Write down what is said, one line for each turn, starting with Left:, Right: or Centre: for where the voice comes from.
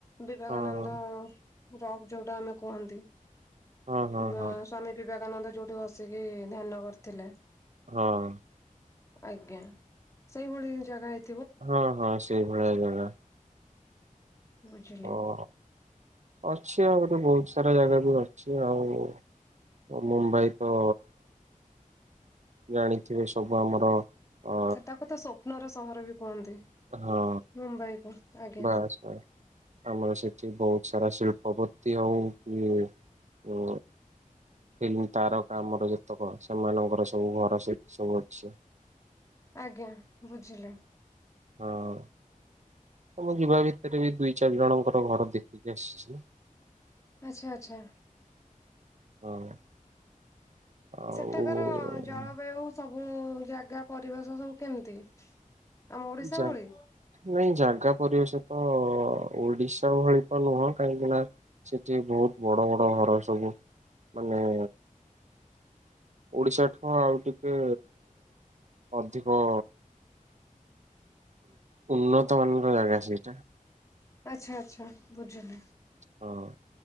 Left: ବିବେକାନନ୍ଦ
Right: ହଁ
Left: ରକ୍ ଯୋଉଟା ଆମେ କୁହନ୍ତି କିମ୍ବା
Right: ହଁ ହଁ ହଁ ହଁ।
Left: ସ୍ଵାମୀ ବିବେକାନନ୍ଦ ଯୋଉଠି ବସିକି ଧ୍ୟାନ କରିଥିଲେ।
Right: ହଁ।
Left: ଆଜ୍ଞା ସେଇଭଳି ଜାଗା ହେଇ
Right: ହଁ ହଁ ସେଇଭଳିଆ ଜାଗା।
Left: ବୁଝିଲି।
Right: ଓ। ଅଛି ଆଉ ଗୋଟେ ବହୁତ ସାରା ଜାଗାବି ଅଛି ଆଉ। ଅ ମୁମ୍ବାଇ ତ ଜାଣିଥିବେ ସବୁ ଆମର ଅ
Left: ସେଟାକୁ ତ ସ୍ୱପ୍ନର ସହର ବି କୁହନ୍ତି
Right: ହଁ
Left: ମୁମ୍ବାଇ କୁ ଆଜ୍ଞା।
Right: ବାସ୍ ବାସ୍ ଆମର ସେଠି ବହୁତ ସାରା ଶଳ୍ପପତି ହଉ କି ଉ ଫିଲ୍ମ ତାରକା ଆମର ଯେତେକ ସେମାନଙ୍କର ସବୁ ଘର ସେଇଠି ସବୁ ଅଛି।
Left: ଆଜ୍ଞା ବୁଝିଲୁ।
Right: ହଁ। ତ ମୁଁ ଯିବା ଭିତରେ ବି ଦୁଇ ଚାରି ଜଣଙ୍କର ଘର ଦେଖିକି ଆସିଛି।
Left: ଆଚ୍ଛା ଆଚ୍ଛା।
Right: ହଁ। ଆଉ
Left: ସେଠାକାର ଜଳବାୟୁ ସବୁ ଜାଗା ପରିବେଶ ସବୁ କେମିତି? ଆମ ଓଡିଶା
Right: ଯା
Left: ଭଳି
Right: ନାଇଁ ଜାଗା ପରିବେଶ ତ ଓଡିଶା ଭଳି ତ ନୁହଁ କାହିଁକି ନା ସେଠି ବହୁତ ବଡ ବଡ ଘର ସବୁ ମାନେ ଓଡିଶା ଠୁ ଆଉ ଟିକେ ଅଧିକ ଉନ୍ନତ ମାନର ଜାଗା ସେଇଠା।
Left: ଆଚ୍ଛା ଆଚ୍ଛା ବୁଝିଲି
Right: ହଁ